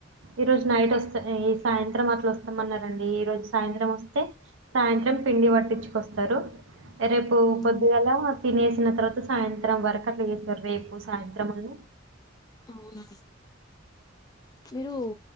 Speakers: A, on the right; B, on the left.
A: ఈ రోజు నైట్ వస్త ఈ సాయంత్రం అట్లా వస్తామన్నారంండి ఈ రోజు సాయంత్రం వస్తే సాయంత్రం పిండి పట్టించుకొస్తారు రేపు
B: ఉహు.
A: పొద్దుగాల తినేసిన తర్వాత సాయంత్రం వరకు అట్లా చేస్తారు రేపు సాయంత్రం అను
B: అవునా మీరు